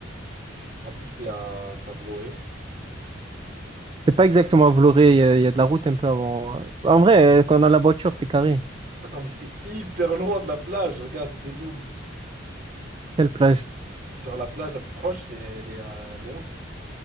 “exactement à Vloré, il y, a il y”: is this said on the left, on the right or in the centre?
Right